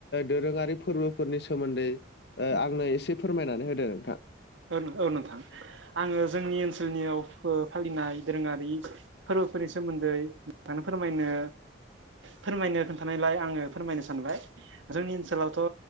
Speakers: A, on the left; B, on the right.
A: दोरोङारि फोरबोफोरनि सोमोन्दै ओ आंनो एसे फोरमायनानै होदो नोंथां
B: औ औ नोंथां आङो जोंनि ओनसोलनियाव फालिनाय दोरोङारि फोरबोफोरनि सोमोन्दै नोंनो फोरमायनो फोरमायनो खोन्थानायलाय आङो फोरमायनो सानबाय जोंनि ओनसोलावथ'